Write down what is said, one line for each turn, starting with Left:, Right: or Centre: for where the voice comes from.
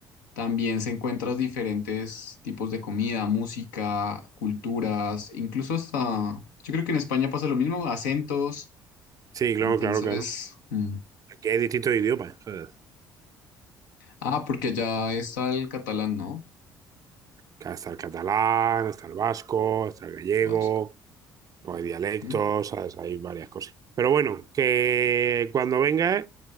Left: también se encuentras diferentes tipos de comida, música, culturas, incluso hasta, yo creo que en España pasa lo mismo, acentos.
Right: Sí, claro,
Left: Entonces,
Right: claro, claro.
Left: mm.
Right: Aquí hay distintos idiomas. ¿sabes?
Left: ah, porque allá está el catalán, ¿no?
Right: Está el catalán, está el vasco, está el gallego.
Left: Vasco.
Right: O hay dialectos,
Left: Mm.
Right: ¿sabes? Hay varias cosas. Pero bueno, que cuando vengas